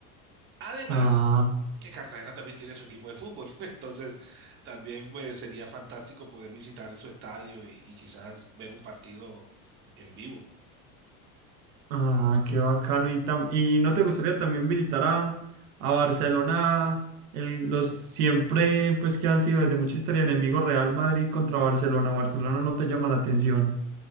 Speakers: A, on the right; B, on the right.
A: Además,
B: Ah.
A: que Cartagena también tiene su equipo de fútbol, <laughs> entonces también pues, sería fantástico poder visitar su estadio y, y quizás ver un partido en vivo.
B: Ah, qué bacano. ¿Y, tam- y no te gustaría también visitar a, a Barcelona, el- los siempre, pues que han sido desde mucha historia enemigos Real Madrid contra Barcelona? Barcelona no te llama la atención.